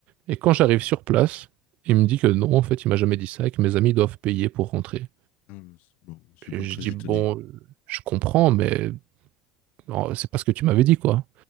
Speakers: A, on the right (about 55°); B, on the left (about 65°).
A: Et quand j'arrive sur place, il me dit que non, en fait, il m'a jamais dit ça et que mes amis doivent payer pour rentrer.
B: Ah, c'est- bon, je suis
A: Et
B: pas
A: je
B: très
A: dis,
B: étonné.
A: bon, euh, je comprends, mais non, c'est pas ce que tu m'avais dit, quoi.